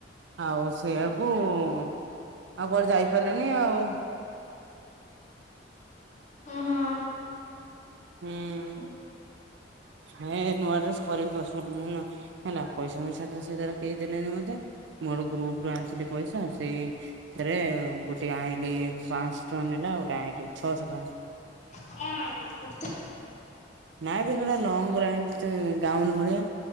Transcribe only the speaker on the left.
ଓହୋ
ହ।
କଣ କୁର୍ତ୍ତି।